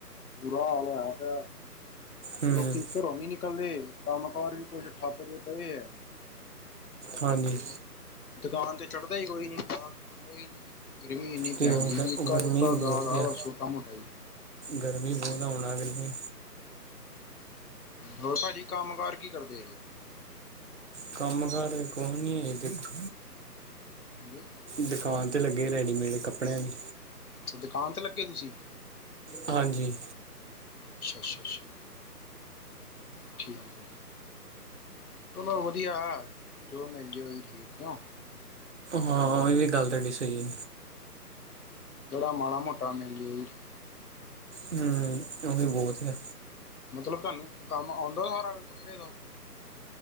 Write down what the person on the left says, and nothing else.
ਬੁਰਾ ਹਾਲ ਹੋਇਆ ਪਿਆ,
ਲੋਕੀ ਘਰੋਂ ਨੀ ਨਿਕਲਦੇ, ਕੰਮ ਕਾਰ ਵੀ ਕੁਛ ਠੱਪ ਜਹੇ ਪਏ ਐ।
ਦੁਕਾਨ ਤੇ ਚੜਦਾ ਈ ਕੋਈ ਨੀ ਗਾਕ, ਆਂਦਾ ਈ ਨੀ। ਗਰਮੀ ਇਨੀ
ਪੈਣ
ਦੀ ਬਈ ਇੱਕਾ
ਦੁੱਕਾ
ਗਾਕ
ਵਾ ਛੋਟਾ-ਮੋਟਾ ਈ।
ਹੋਰ ਭਾਜੀ ਕੰਮ ਕਾਰ ਕੀ ਕਰਦੇ ਜੇ?
ਹਾਂਜੀ।
ਅੱਛਾ, ਦੁਕਾਨ ਤੇ ਲੱਗੇ ਤੁਸੀਂ।
ਅਸ਼ਾ, ਅਸ਼ਾ, ਅਸ਼ਾ ਠੀਕ ਐ। ਚਲੋ ਵਧੀਆ, ਜੋ ਮਿਲ ਜੇ ਓਈ ਠੀਕ ਕਿਯੋੰ?
ਜੇੜਾ ਮਾੜਾ ਮੋਟਾ ਮਿਲ ਜੇ ਓਈ ਠੀਕ।
ਮਤਲਬ ਤੁਹਾਨੂੰ ਕੰਮ ਆਉਂਦਾ ਸਾਰਾ ਕੱਪੜੇ ਦਾ?